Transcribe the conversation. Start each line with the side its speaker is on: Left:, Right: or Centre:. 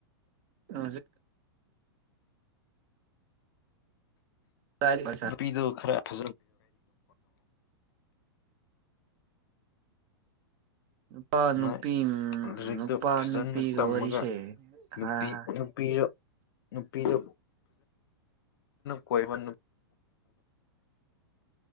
Right: ꯑ ꯀꯗꯥꯏꯗ
Left: ꯅꯨꯄꯤꯗꯨ ꯈꯔꯖꯄꯣ
Right: ꯅꯨꯄꯥ ꯅꯨꯄꯤ
Left: ꯂꯥꯏꯔꯤꯛꯇꯨ
Right: ꯅꯨꯄꯥ
Left: ꯐꯖꯅ
Right: ꯅꯨꯄꯤꯒꯤ
Left: ꯇꯝꯃꯒ
Right: ꯋꯥꯔꯤꯁꯦ
Left: ꯅꯨꯄꯤ
Right: ꯍꯥ
Left: ꯅꯨꯄꯤꯗꯣ ꯅꯨꯄꯤꯗ ꯀꯣꯏꯃ